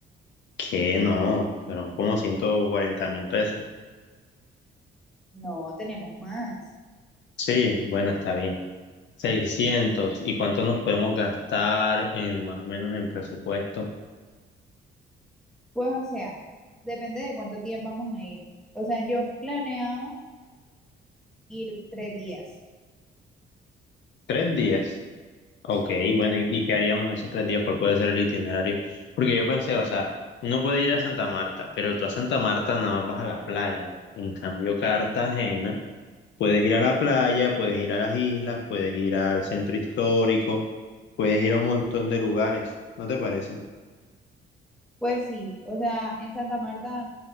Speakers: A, on the left; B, in the centre.
A: Que no, fueron como ciento cuarenta mil pesos.
B: No, tenemos más.
A: Sí, bueno, está bien. Seiscientos ¿Y cuánto nos podemos gastar en, más o menos en presupuesto?
B: Pues o sea, depende de cuántos días vamos a ir. O sea, yo planeaba ir tres días.
A: Tres días. Ok,
B: Sí.
A: bueno, ¿y y qué haríamos en esos tres días? ¿Cuál puede ser el itinerario? Porque yo pensé, o sea, uno puede ir a Santa Marta, pero tú a Santa Marta nada más vas a la playa. En cambio, Cartagena, puedes ir a la playa, puedes ir a las islas, puedes ir al centro histórico, puedes ir a un montón de lugares, ¿no te parece?
B: Pues sí, o sea, en Santa Marta,